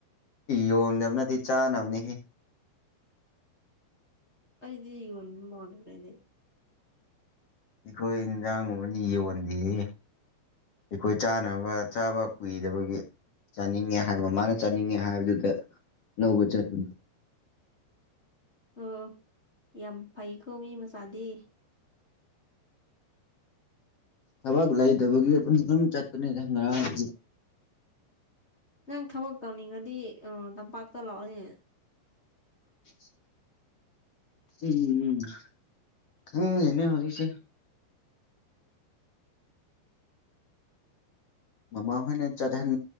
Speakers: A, on the left; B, on the left.
A: ꯌꯣꯟꯗꯕ ꯅꯠꯇꯦ ꯆꯥꯅꯕꯅꯤꯍꯦ
B: ꯑꯩꯗꯤ ꯌꯣꯟꯕ ꯃꯥꯟꯂꯩꯗꯤ
A: ꯑꯩꯈꯣꯏ ꯏꯟꯖꯥꯡꯒꯨꯝꯕꯗꯤ ꯌꯣꯟꯗꯦꯍꯦ ꯑꯩꯈꯣꯏ ꯆꯥꯅꯕ ꯆꯥꯕ ꯀꯨꯏꯗꯕꯒꯤ ꯆꯥꯅꯤꯡꯉꯦ ꯍꯥꯏꯕ ꯃꯥꯅ ꯆꯥꯅꯤꯡꯉꯦ ꯍꯥꯏꯕꯗꯨꯗ ꯂꯧꯕ ꯆꯠꯇꯅꯦ
B: ꯑꯣ ꯌꯥꯝ ꯐꯩꯀꯣ ꯃꯤ ꯃꯆꯥꯗꯤ
A: ꯊꯕꯛ ꯂꯩꯇꯕꯒꯤ ꯑꯗꯨꯝ ꯑꯗꯨꯝ ꯆꯠꯄꯅꯦ ꯉꯔꯥꯡꯗꯒꯤ
B: ꯅꯪ ꯊꯕꯛ ꯇꯧꯅꯤꯡꯉꯗꯤ ꯇꯝꯄꯥꯛꯇ ꯂꯥꯛꯑꯣꯅꯦ
A: <unintelligible> ꯎꯝ ꯎꯝ ꯈꯪꯗꯦꯅꯦ ꯍꯧꯖꯤꯛꯁꯦ ꯃꯃꯥ ꯍꯣꯏꯅ ꯆꯠꯍꯟ